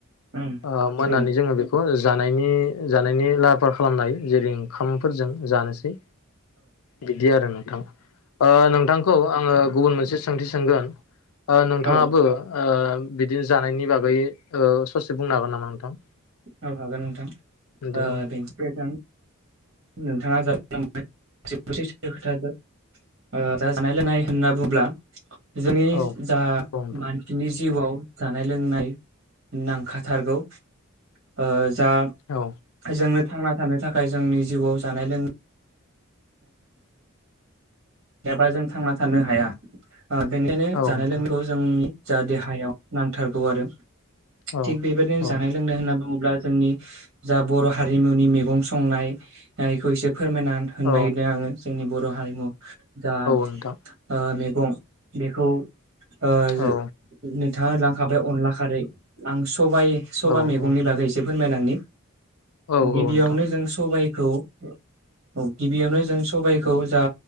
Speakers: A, on the right (about 55°); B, on the left (about 85°).
A: उम
B: ओ मोननानै
A: औ
B: जोङो बेखौ ज जानायनि जानायनि लाहार फाहार खालामनाय जेरै ओंखामफोरजों जानोसै बिदि आरो नोंथां ओ नोंथांखौ आङो गुबुन मोनसे सोंथि सोंगोन नोंथाङाबो
A: उम औ
B: ओ बिदिनो जानायनि बागै ओ ससे बुंनो हागोन नामा नोंथां?
A: औ हागोन नोंथां
B: दे
A: ओ
B: बुं
A: बेंको जों नोंथाङा दासो बुंलांनाय स-ससे खोथाजों ओ जानाय लोंनाय होनना बुंब्ला जोंनि
B: औ
A: जा
B: औ नोंथां
A: मानसिनि जिउवाव जानाय लोंनाय नांखाथारगौ ओ जा
B: औ
A: जोंनो थांना थानो थाखाय जोंनि जिउआव जानाय लों गैयाबा जों थांना थानो हाया । ओ बेनिखायनो
B: औ
A: जानाय
B: नोंथां
A: लोंनायखौ जोंनि जा देहायाव नांथारगौआरो
B: औ
A: थिग बेबायदिनो
B: औ
A: जानाय लोंनाय होनना बुं बुंब्ला जोंनि जा बर' हारिमुनि मैगं संनायखौ इसे फोरमायना होनो
B: औ
A: नागिरदों आङो जोंनि बर' हारिमु जा
B: नोंथां
A: ओ मे गं बेखौ ओ जो
B: औ
A: नो नोंथाङा होनलांखाबाय अनला खारै आं स सबाइ सबाइ
B: औ
A: मैगंनि
B: औ
A: बागै इसे फोरमायलांनि
B: औ
A: गिबियावनो
B: नोंथां
A: जों सबाय औ औ गिबियावनो जों सबाइ खौ जा